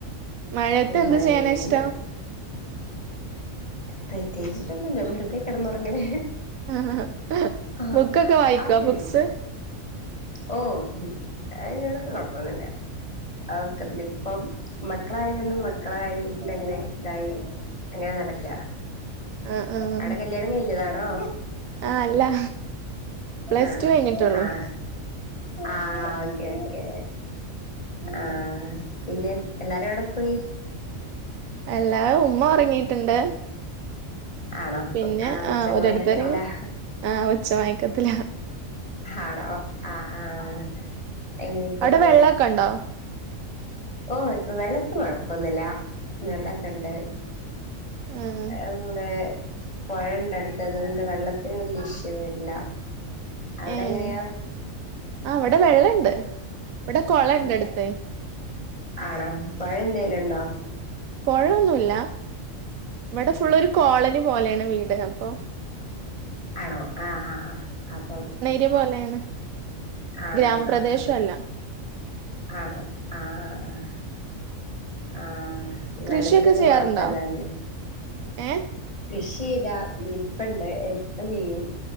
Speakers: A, on the right (about 80°); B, on the left (about 25°).
A: മഴയത്ത്
B: നല്ല
A: എന്ത്
B: മഴ
A: ചെയ്യാനാ
B: വരുന്നുണ്ട്
A: ഇഷ്ടം
B: പ്രത്യേകിചൊന്നുംല്ല വെറുതെ കിടന്നുറങ്ങല്
A: ആഹ്
B: ആഹ്
A: ബുക്കൊക്കെ വായിക്കോ
B: അവിടെ
A: ബുക്സ്
B: എങ്ങനെ ഓഹ് അയിന് വ്ടൊക്കെ കൊഴപ്പൊന്നൂല്ല ആഹ് ഒക്കത്തിനും ഇപ്പം മക്കളായതോണ്ട് മക്കളകാര്യം പിന്നെ ഇങ്ങനെ ഇതായി അങ്ങനെ നടക്ക
A: ആഹ് ആഹ്
B: അവിടെ കല്യാണം കഴഞ്ഞതാണോ
A: ആഹ് അല്ല പ്ലസ്
B: ആണോ
A: ടു കഴിഞ്ഞിട്ടൊ ള്ളൂ
B: ആഹ് ആഹ് ഓക്കെ ഓക്കെ ആഹ് പിന്നെ എല്ലാരും എവിടെ പോയി?
A: എല്ലാഉം ഉമ്മ ഉറങ്ങിയിട്ടുണ്ട്
B: ആണോ
A: പിന്നെ
B: ആഹ് ഉച്ചക്ക്
A: ഓരോരുത്തര്
B: മയക്കത്തിലാ
A: ഇങ്ങ ആഹ് ഉച്ചമയക്കത്തില
B: ആണോ ആഹ് ആഹ് എങ്ങനെയൊക്കെയള്ളല്ലെ
A: അവിടെ വെള്ളൊക്കെ ഉണ്ടോ
B: ഓഹ് ഇപ്പൊ വെള്ളത്തിന് കൊഴപ്പൊന്നുല്ല വെള്ളൊക്കെണ്ട്
A: ആഹ്
B: എണ്ട് പുഴ ഉണ്ട് അടുത്തതുകൊണ്ട് വെള്ളത്തിന് വല്യേ ഇഷ്യു വരില്ല അവിടെ
A: ഏഹ്
B: എങ്ങനെയാ
A: ആഹ് ഇവിടെ വെള്ളണ്ട് ഇവിടെ കൊളണ്ട്
B: ആണ്
A: അടുത്ത്
B: ആണോ പുഴ എന്തേലും ഉണ്ടോ
A: പുഴന്നൂല്ല ഇവിടെ ഫുള്ളൊരു കോളനി പോലെയാണ് വീട് അപ്പൊ
B: ആണോ ആഹ് ആഹ് ആഹ് അപ്പം
A: ദ് പോലെയാണ്
B: ആണോ
A: ഗ്രാമപ്രദേശം
B: ആഹ് ആഹ്
A: അല്ല
B: ആഹ് ആണോ ആഹ് ആഹ് ആഹ് വെള്ളത്തിനൊന്നും
A: കൃഷിയൊക്കെ ചെയ്യാറുണ്ടോ
B: കൊഴപ്പല്ല അല്ലെ
A: ഏഹ്
B: കൃഷി താ നിപ്പണ്ട് ഇപ്പ ചെയ്യും